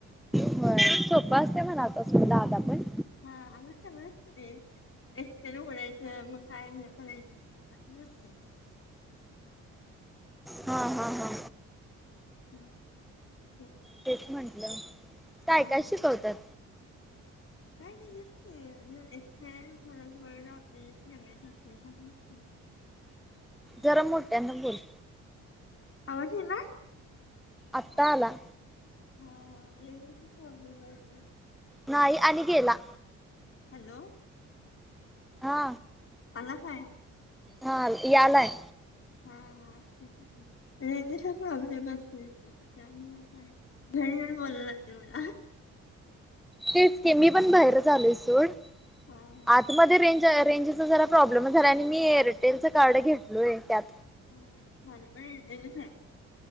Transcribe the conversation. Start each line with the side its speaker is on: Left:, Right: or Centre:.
Centre: सोपं असते म्हणा आता सुधा आता पण
Left: हा आमस् एकट र उघडायचं मग कायच करायचं असं नसते
Centre: हा हा हा
Left: हम्म
Centre: तेच म्हंटलं काय
Left: हं.
Centre: काय शिकवतात
Left: काय नाही येत हे झारचभळी लाते खेळणेसाठीली
Centre: जरां मोठ्यांद गर
Left: आम्हाज ना
Centre: आत्ता आला
Left: हा हा लईले सु ख अदी बाईक
Centre: नाही आणि गेला
Left: हॅलो
Centre: हा
Left: आला काय
Centre: हा यालाय
Left: हा हाठी रेनी त आप बस घरी घण बोलाला लागते मला
Centre: तेच के मी पण बाहेर झालोय सोड
Left: हा हा
Centre: आतमध्येध्ये रेंज ट्रेंजचा जरा प्रॉब्लेम झाला आणि मी एअरटेलचं कार्ड घेतलोय त्यात
Left: हम मला का